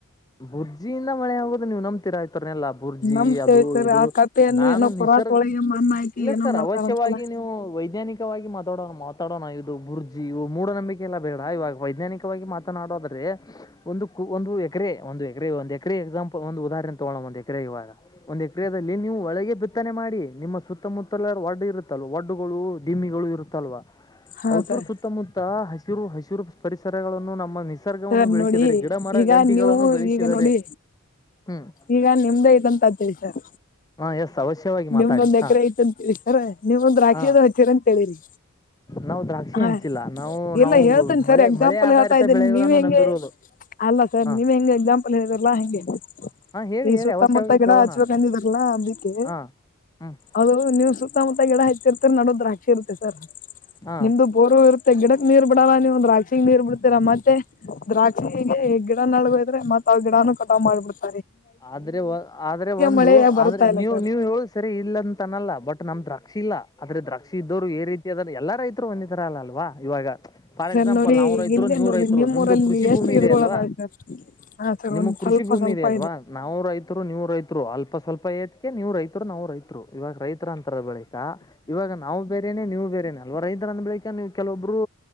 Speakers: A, on the left (about 20°); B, on the left (about 40°).
A: ಬುರ್ಜಿಯಿಂದ ಮಳೆ ಹೋಗೋುದು ನೀವು್ ನಂಬ್ತಿೀರ ಆ್ತತಿ ಲ್ಲ ಬುರ್ಜಿ
B: ನಮ್
A: ಅದು
B: ಸರ್
A: ಇದು
B: ಆ ಕಪ್ಪೆಯನ್ನು
A: ನಾನು
B: ಏನೋ
A: ನಿಸರ್
B: ಪುರಾತ್ ಒಳಗೆ ಮಣ್ಣ ಹಾಕಿ
A: ಇಲ್ಲ
B: ಏನೋ
A: ಸರ್
B: ಮಾಡ್ತಾರಂತಲ್ಲ
A: ಅವಶ್ಯವಾಗಿ ವೈಜ್ಞಾನಿಕ ಮಾತಾಡೋಣ ಮಾತಾಡೋಣ ಇದು ಬುರ್ಜಿ ಇ ಮೂಢ ನಂಬಿಕೆ ಎಲ್ಲ ಬೇಡ ಇವಾಗ ವೈಜ್ಞಾನಿಕವಾಗಿ ಮಾತನಾಡೋದ್ರೆ ಒಂದು ಒಂದು ಎಕ್ರೆ ಒಂದು ಎಕ್ರೆ ಒಂದು ಎಕರೆ ಎಕ್ಸಾಂಪಲ್ ಒಂದು ಉದಾಹರಣೆ ತಗೋಣ ಒಂದು ಎಕರೆ ಕ್ರಿಯೆ ಇವಾಗ ಒಂದು ಕ್ರಿಯೆಯಲ್ಲಿ ನೀವು ಒಳಗೆ ಬಿತ್ತನೆ ಮಾಡಿ ನಿಮ್ಮ ಸುತ್ತಮುತ್ತಲಾರ ಒಡ್ ಇರುತ್ತಲ್ ಒಡ್ಡುಗಳು ಡಿಮಿಗಳು ಇರುತ್ತಲ್ವ
B: ಹಾ
A: ಅವಔತರ
B: ಸರ್
A: ಸುತ್ತಮುತ್ತ ಹಸಿರು ಹಸಿರು ಪರಿಸರಗಳನ್ನು ನಮ್ಮ ನಿಸರ್ಗವನ್ನು
B: ಸರ್
A: ಬೆಳೆಸಿದರೆ
B: ನೋಡಿ
A: ಗಿಡ ಮರ
B: ಈಗ
A: ಗಂಟಿಗಳನ್ನು
B: ನೀವು
A: ಬೆಳೆಸಿದರೆ
B: ಈಗ ನೋಡಿ
A: ಹ್ಮ್
B: ಈಗ ನಿಮ್ದೇ ಇದಂತ ಅ ತಿಷರ್
A: ಹಾ ಎಸ್ ಅವಶ್ಯವಾಗಿ ಮಾತಾಡಿ
B: ನಿಮ್ದೊಂದ್
A: ಹಾ
B: ಎಕರೆ ಐತ ಅಂತೀರಿ ಸರ ನಿವೊಂದ್ ರಾಖಿದು
A: ಹ
B: ಹಚ್ಚರ ಅಂತಿರಿ
A: ನಾವು ದ್ರಾಕ್ಷಿ
B: ಹಾ
A: ಹಂಚಿಲ್ಲ ನಾವು ನಾವು
B: ಇಲ್ಲ ಹೇಳ್ತೇನೆಿ
A: ಮಳೆ
B: ಸರಿ ಎಕ್ಸಾಂಪಲ್
A: ಮಳೆ ಆಧಾರಿತ
B: ಹೇಳ್ತಾ ಇದ್ದೀನಿ
A: ಬೆಳೆಗಳನ್ನು
B: ನೀವ್ ಹೆಂಗೆ
A: ನಂಬಿರುವುದು
B: ಅಲ್ಲ ಸರ್
A: ಹಾ
B: ನೀವ್ ಹೆಂಗ ಎಕ್ಸಾಂಪಲ್ ಹೇಳಿದ್ರಲ್ಲಾ ಹೆಂಗೆ
A: ಹಾ ಹೇಳಿ
B: ಈ
A: ಹೇಳಿ
B: ಸುತ್ತಮುತ್ತ
A: ಅವಶ್ಯವಾಗಿ
B: ಗಿಡ
A: ಕೇಳೋಣ
B: ಹಚ್ಬೇಕಕ್ಂದಿದ್ರಲ್ಲಾ ಹಾ ಅದಕ್ಕೆ
A: ಹಾ ಹ್ಮ್
B: ಅದು ನೀವು್ ಸುತ್ತಮುತ್ತ ಗಿಡ ಹತ್ತಿರ್ತರಿ ನಡೋ ದ್ರಾಕ್ಷಿ ಇರುತ್ತೆ ಸರ್
A: ಹಾ
B: ನಿಮ್ದು ಬೋರು ಇರುತ್ತೆ ಗಿಡಕ್ ನೀರ್ ಬಿಡಲ್ಲ ನೀವ ಒಂದ ರಾಕ್ಷಿಗ್ ನೀರ್ ಬಿಡ್ತೀರ ಮತ್ತೆ ದ್ರಾಕ್ಷಿಗೆ ಗಿಡ ನಡಗೋದ್ರೆ ಮತ್ತತ್ ಅವ್ ಗಿಡನು ಕಟಾವ್ ಮಾಡ್ಬಿಡ್ತವಿ
A: ಆದ್ರೆ ಆದ್ರೆ ಒಂದು
B: ಮಳೆ ಬರ್ತಾ
A: ಆದ್ರೆ
B: ಇಲ್ಲ
A: ನೀವು
B: ಸರ್
A: ನೀವು ಹೇಳ ಸರಿ ಇಲ್ಲಂತನಲ್ಲ ಬಟ್ ನಮ್ದ ದ್ರಾಕ್ಷಿ ಇಲ್ಲಾ ಆದ್ರೆ ದ್ರಾಕ್ಷಿ ಇದ್ದೋ್ರು ಯ ರೀತಿಿಯಾದ ಎಲ್ಲ ರೈತರು ಹೊಂದಿತರ ಅಲ್ಲ ಅಲ್ವಾ ಇವಾಗ ಫಾರ್
B: ಸರ್
A: ಎಕ್ಸಾಂಪಲ್
B: ನೋಡಿ
A: ನಾವವು ರೈತರು
B: ಇಲ್ಲೇ
A: ನೀವು
B: ನೋಡಿ
A: ರೈತರು
B: ನಿಮ್ಮೂರಲ್ಲಿ
A: ನಿಮ್ದು ಕೃಷಿ
B: ಎಷ್ಟು
A: ಭೂಮಿ
B: ಗಿಡಗಳು
A: ಇದೆ ಅಲ್ವಾ
B: ಅದಾವೆ ಸರ್ ಹಾ ಸರ್
A: ನಿಮ
B: ಒಂದ್
A: ಕೃಷಿ
B: ಸ್ವಲ್ಪ
A: ಕೃಷಿ ಭೂಮಿ
B: ಸ್ವಲ್ಪ
A: ಇದಿಯಲ್ಲ
B: ಇದೆ
A: ಅಲ್ವಾ ನಾವು ರೈತರು ನೀವು ರೈತರು ಅಲ್ಪ ಸ್ವಲ್ಪ ಏತಿಕೆ ನೀವು್ ರೈತರು ನಾವು ರೈತರು ಇವಾಗ ರೈತರ ಅಂತರ ಬಳಿಕಾ ಇವಾಗ ನಾವು ಬೇರೆೇನೆ ನೀವು ಬೇರೇನೆೇ ಅಲ್ವಾ ರೈತರಂದ ಬಳಿಕ ನೀವು. ಕೆಲವೊಬ್ಬರು